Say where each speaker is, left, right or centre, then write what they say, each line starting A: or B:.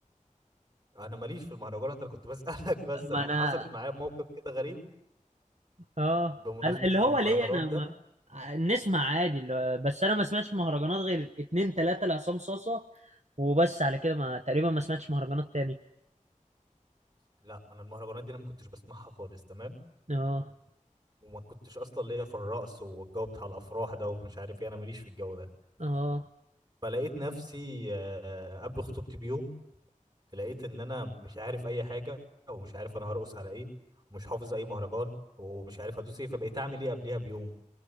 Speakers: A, on the right; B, on the right.
A: انا ماليش في المهرجانات انا كنت <laughs> بسالك بس
B: ما
A: انا
B: انا
A: حصلت معايا موقف كده غريب
B: اه
A: بمناسبه
B: انا اللي هو
A: المهرجانات
B: ليا انا ما...
A: ده
B: نسمع عادي اللي... بس انا ما سمعتش مهرجانات غير اتنين تلاتة لعصام صاصة وبس على كده ما تقريبا ما سمعتش مهرجانات تاني
A: لا انا المهرجانات دي انا ما كنتش بسمعها خالص تمام
B: اه
A: وما كنتش اصلا ليا في الرقص والجو بتاع الافراح ده ومش عارف ايه انا ماليش في الجو ده
B: اه
A: فلقيت نفسي آه، قبل خطوبتي بيوم لقيت ان انا مش عارف اي حاجه ومش عارف انا هرقص على ايه ومش حافظ اي مهرجان ومش عارف ادوس ايه فبقيت اعمل ايه قبليها بيوم